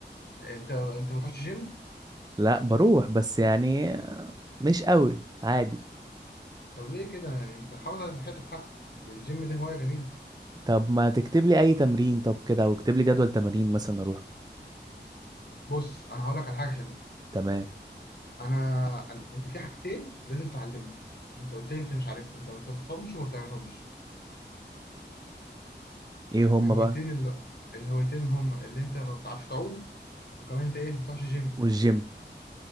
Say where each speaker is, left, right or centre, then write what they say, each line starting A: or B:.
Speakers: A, on the left; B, on the right.
A: انت انت ما تروحش جيم
B: لا بروح بس يعني مش قوي عادي
A: طب ليه كده يعني انت حافظ على صحتك حتى ده الجيم ده هواية جميلة
B: طب ما تكتب لي اي تمرين طب كده او اكتب لي جدول تمارين مثلا اروح
A: بص انا هقول لك على حاجة حلوة
B: تمام
A: انا أن- انت في حاجتين لازم تعلمهم انت قلت لي انت مش عارفهم انت ما بتروحهمش وما بتعملهمش
B: ايه هم
A: الهوايتين
B: بقى
A: اللي الهوايتين اللي هم اللي انت ما بتعرفش تعوم وكمان انت ايه ما بتروحش جيم
B: والجيم